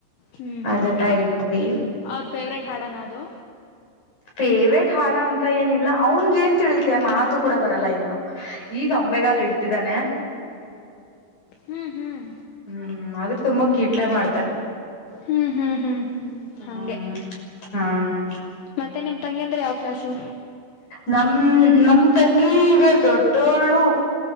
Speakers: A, on the left; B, on the left.
A: ಹ್ಮ್
B: ಅದನ್ನ
A: ಹ್ಮ್
B: ಇಟ್ವಿ
A: ಅವ ಫೇವ್ರೇಟ್ ಹಾಡ ನದು
B: ಫೇವ್ರೇಟ್ ಹಾಡ ಅಂತ ಏನಿಲ್ಲ ಅವನ್ಗ ಏನ್ ತಿಳಿತ ಮಾತು ಕೂಡ ಬರಲ್ಲ ಇನ್ನು ಈಗ ಅಂಬೆ ಅಂಬೆ ಗಾಲು ಇಡ್ತಿದ್ದಾನೆ
A: ಹ್ಮ್ ಹ್ಮ್
B: ಹ್ಮ್ ಆದ್ರೂ ತುಂಬಾ ಕೀಟ್ಲೆ ಮಾಡ್ತಾನೆ
A: ಹ್ಮ್ ಹ್ಮ್ ಹ್ಮ್ ಹ್ಮ್
B: ಹ್ಮ
A: ಹಂಗೆ
B: ಹ್ಮ
A: ಮತ್ತೆ ನಿಮ್ ತಂಗಿ ಅಂದ್ರ ಯಾವ ಕ್ಲಾಾಸು
B: ನಮ ನಮ ತಂಗಿ ಈಗ ದೊಡ್ಡೋಳು